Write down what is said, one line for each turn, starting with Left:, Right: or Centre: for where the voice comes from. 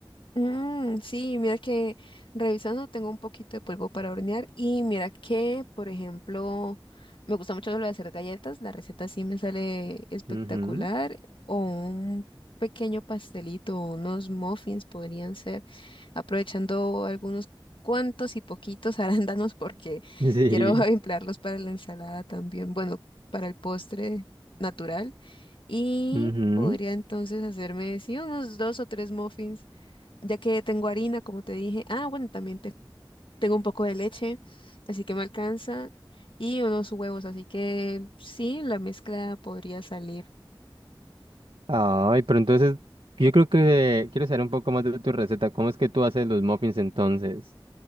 Left: Mm, sí, mira que revisando tengo un poquito de polvo para hornear y mira que, por ejemplo, me gusta mucho lo de hacer galletas, la receta sí me sale espectacular
Right: Ujú.
Left: o un pequeño pastelito, unos muffins podrían ser, aprovechando algunos cuantos y poquitos <laughs> arándanos porque
Right: Sí.
Left: quiero <laughs> emplearlos para la ensalada también, bueno, para el postre natural y
Right: Ujú.
Left: podría entonces hacerme, sí, unos dos o tres muffins ya que tengo harina, como te dije. Ah, bueno, también te- tengo un poco de leche, así que me alcanza. Y unos huevos, así que sí, la mezcla podría salir.
Right: Ay, pero entonces yo creo que quiero saber un poco más de tu receta. ¿Cómo es que tú haces los muffins entonces?